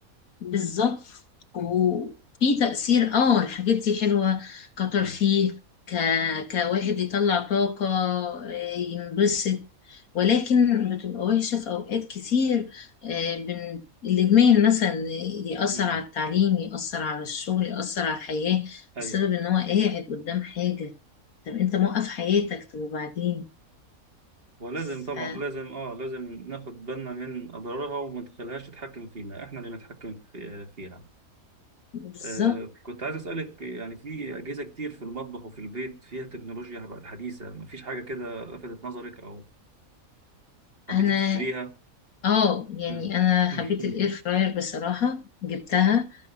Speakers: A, on the left; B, on the right.
A: بالظبط وفي
B: مم.
A: تأثير اه الحاجات دي حلوة كترفيه
B: مم.
A: ك... كواحد يطلع طاقة آه، ينبسط ولكن بتبقى وحشة في أوقات كتير آه، بن... الإدمان مثلا يأثر
B: مم.
A: على التعليم يأثر على الشغل يأثر على الحياة
B: ايوه
A: بسبب إن هو قاعد قدام حاجة طب أنت موقف حياتك طب وبعدين
B: ولازم
A: ف-
B: طبعا لازم اه لازم ناخد بالنا من اضرارها وما نخليهاش تتحكم فينا احنا اللي نتحكم في فيها
A: بالظبط
B: آه كنت عايز اسالك يعني في اجهزه كتير في المطبخ وفي البيت فيها تكنولوجيا بقت حديثه مفيش حاجه كده لفتت نظرك او حبيتي
A: أنا
B: تشتريها
A: اه يعني
B: مم.
A: انا
B: <laughs>
A: حبيت الاير فراير بصراحة جبتها